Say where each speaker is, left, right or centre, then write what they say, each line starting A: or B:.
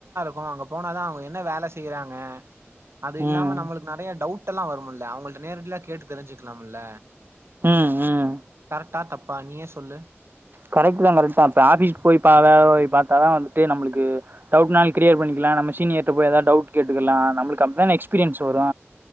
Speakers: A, on the right; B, on the right.
A: மோ அங்க போனாதா அவங்க என்ன வேலஸ் செய்யிறாங்க அது இல்லாம
B: ம்.
A: நம்மளுக்கு நறையா டவுட் டெல்லா வரும்ல அவங்கள்ட நேரடியல்லா கேட்டு தெருஞ்சுக்கலாம்ல
B: ம் ம்
A: ட்டா தப்பா நீ ஏ சொல்லு
B: கரெக்ட்தா கரெக்ட்தா இப்ப ஆபீஸ்க்கு போய் பா போய் பாத்தா வந்துட்டு நம்மளுக்கு டவுட்னாலு க்ளியர் பண்ணிக்கலா நம்ம சீனியர்ட்ட போய் எதாவது டவுட் கேட்டுக்கலா நம்மளுக்கு அப்டிதான எக்ஸ்பீரியன்ஸ் வரு